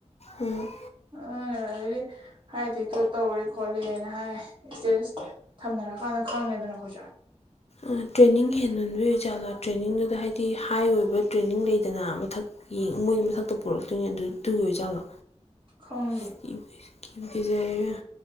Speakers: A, on the left; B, on the right.
A: ꯎꯝ
B: ꯑ ꯑꯗꯩꯗꯤ ꯍ꯭ꯔꯥꯠ ꯑꯦꯛꯇꯦꯛꯇꯣ ꯇꯧꯔꯦ ꯈꯣꯠꯂꯦꯅ ꯍꯥꯏ ꯏꯁꯇꯦꯇꯁ ꯊꯝꯅꯔꯀꯥꯟꯗ ꯈꯪꯉꯦꯗꯅ ꯑꯩꯈꯣꯏꯖꯨ
A: ꯑ ꯇ꯭ꯔꯦꯅꯤꯡ ꯍꯦꯟꯃꯟꯕꯩ ꯑꯣꯏꯖꯥꯠꯂꯥ ꯇ꯭ꯔꯦꯅꯤꯡꯗꯨꯗ ꯍꯥꯏꯗꯤ ꯍꯥꯏ ꯑꯣꯏꯕ ꯇ꯭ꯔꯦꯅꯤꯡ ꯂꯩꯗꯅ ꯃꯊꯛ ꯌꯦꯡ ꯃꯣꯏ ꯃꯊꯛꯇ ꯄꯨꯔꯛꯇꯣꯏꯅꯤ ꯑꯗꯨ ꯑꯗꯨꯒꯤ ꯑꯣꯏꯖꯥꯠꯂꯣ
B: ꯈꯪꯗꯦ
A: ꯑꯁ ꯀꯤꯕꯨ ꯀꯤꯖꯔꯦ ꯏꯕꯦꯝ